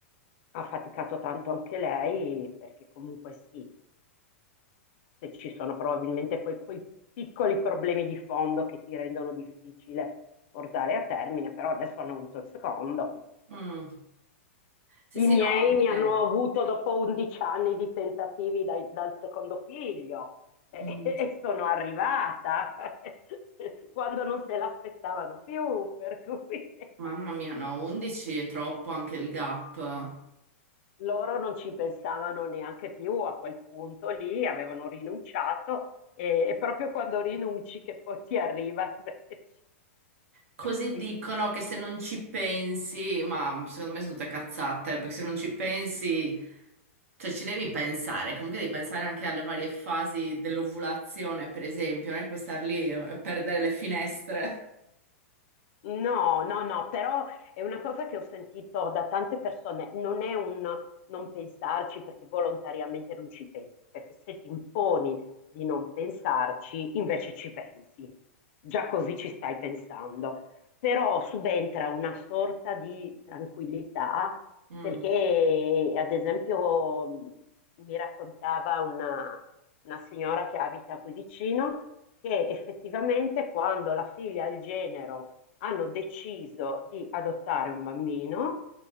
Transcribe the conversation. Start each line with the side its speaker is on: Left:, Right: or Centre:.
Left: ha faticato tanto anche lei, perché comunque sì, se ci sono probabilmente quei, quei piccoli problemi di fondo che ti rendono difficile portare a termine, però adesso hanno avuto il secondo, quindi insomma,
Right: mm. Sì,
Left: I
Right: sì,
Left: miei
Right: no, anche-
Left: mi hanno avuto dopo 11 anni di tentativi dai- dal secondo figlio e,
Right: mm.
Left: <laughs> e sono arrivata <laughs> quando non se l'aspettavano più, per cui <laughs>
Right: Mamma mia, no, 11 è troppo anche il gap.
Left: loro non ci pensavano neanche più a quel punto lì, avevano rinunciato e, è proprio quando rinunci che poi ti arriva <laughs> invece.
Right: Così
Left: Per cui
Right: dicono che se non ci pensi, ma secondo me sono tutte cazzate, perché se non ci pensi, cioè ci devi pensare, comunque devi pensare anche alle varie fasi dell'ovulazione, per esempio, non è che puoi star lì e perdere le finestre.
Left: No, no, no, però è una cosa che ho sentito da tante persone, non è un non pensarci perché volontariamente non ci pensi, perché se ti imponi di non pensarci, invece ci pensi, già così ci stai pensando, però subentra una sorta di tranquillità
Right: Mm.
Left: perché, ad esempio, mh, mi raccontava una, una signora che abita qui vicino che effettivamente quando la figlia ha il genero hanno deciso di adottare un bambino,